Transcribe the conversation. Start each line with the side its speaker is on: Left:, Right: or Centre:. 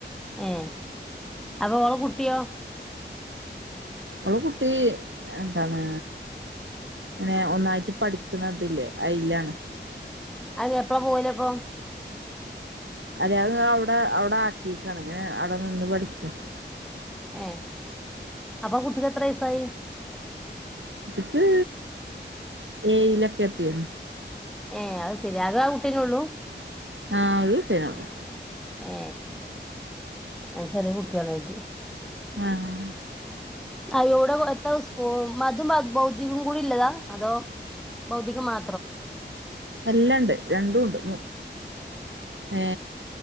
Centre: ഏ അപ്പൊ ഓള കുട്ടിയോ?
Right: അള് കുട്ടി എന്താണ് പിനെ ഒന്നായിട്ട് പഠിക്കണതില്ലേ അയിലാണ്
Centre: അത് എപ്പഴാ പോവല് അപ്പ
Right: അതെ അര് അവിടെ അവിടെ ആക്കിക്കാണ് ഇങ്ങനെ അവിടെ നിന്ന് പഠിക്കും.
Centre: ഏ അപ്പൊ കുട്ടിക്ക് എത്ര വയസായി?
Right: അത് ഏയിലക്കെ എത്തി
Centre: ഏ അത് ശെരി ആകെ ആ കുട്ടേനെ ഉള്ളൂ?
Right: ആഹ് ഒരു തനേയുള്ളു.
Centre: ഏ അ ചെറിയ കുട്ട്യാളയ്നി
Right: ആഹ്
Centre: ആ ഇവിടെത്ര സ്കൂ അതും ഭൗതികം കൂടി ഇള്ളതാ അതോ ഭൗതിക മാ
Right: എല്ലാണ്ട് രണ്ടും ഉണ്ട് മൂ ഏ